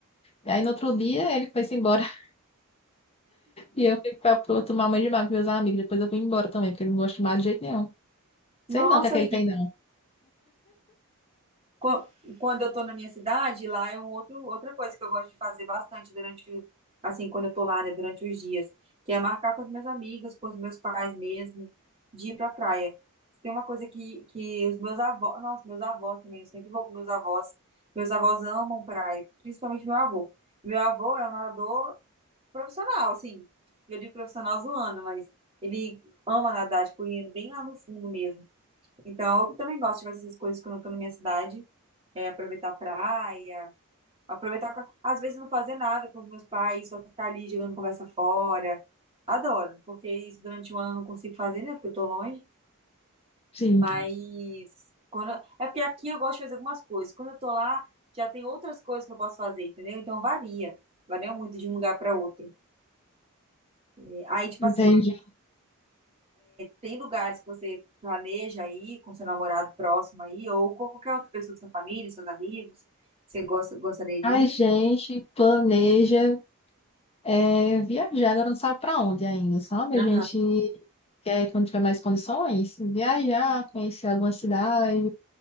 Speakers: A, on the left; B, on the right.
A: E aí no outro dia ele foi-se embora. <laughs> E eu fui pra, pra tomar banho de mar com meus amigos. Depois eu fui embora também, porque eu não gosto de mar de jeito nenhum. Sei
B: Nossa,
A: não o que é que ele tem, não.
B: Qu- Quando eu estou na minha cidade, lá é um outro, outra coisa que eu gosto de fazer bastante durante, o- assim, quando eu estou lá, né, durante os dias, que é marcar com as minhas amigas, com os meus pais mesmo, de ir para a praia. Se Tem uma coisa que, que os meus avós, nossa, meus avós também, eu sempre vou com meus avós. Meus avós amam praia, principalmente meu avô. Meu avô é um nadador profissional, assim, eu digo profissional zoando, mas ele ama nadar, tipo, ir bem lá no fundo mesmo. Então, eu também gosto de fazer essas coisas quando eu tô na minha cidade é, aproveitar a praia, aproveitar, com- às vezes não fazer nada com os meus pais, só ficar ali jogando conversa fora. Adoro, porque isso durante o ano eu não consigo fazer, né? Porque eu tô longe.
A: Sim,
B: Mas quando é porque aqui eu gosto de fazer algumas coisas. Quando eu tô lá, já tem outras coisas que eu posso fazer, entendeu? Então varia, varia muito de um lugar para outro. É, Aí, tipo
A: entendi.
B: assim, tem lugares que você planeja aí com seu namorado próximo aí, ou com qualquer outra pessoa da sua família, seus amigos, que você gosta, gostaria
A: A
B: de ir?
A: gente planeja é, viajar, agora não sabe para onde ainda, sabe? A
B: Aham,
A: gente quer, quando tiver mais condições, viajar, conhecer alguma cidade,